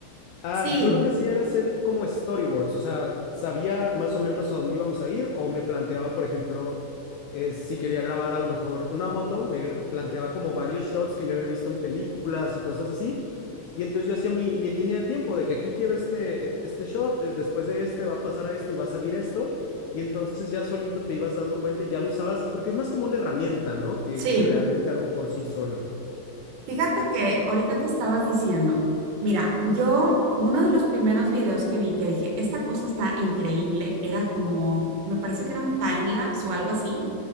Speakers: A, on the left; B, on the right.
A: Ah,
B: sí,
A: yo lo que hacía era hacer como storyboards, o sea, sabía más o menos a dónde íbamos a ir o me planteaba, por ejemplo, eh, si quería grabar a lo mejor una moto, me gra- planteaba como varios shots que yo había visto en películas y cosas así. Y entonces yo hacía mi, mi línea de tiempo de que aquí quiero este, este shot, de- después de este va a pasar a esto y va a salir esto. Y entonces ya solito te ibas dando cuenta y ya lo usabas, porque es más como una herramienta, ¿no? Que,
B: sí.
A: que realmente algo por sí solo.
B: Fíjate que ahorita que estabas diciendo, mira, yo uno de los primeros videos que vi que dije, esta cosa está increíble, era como, me parece que era un time lapse o algo así,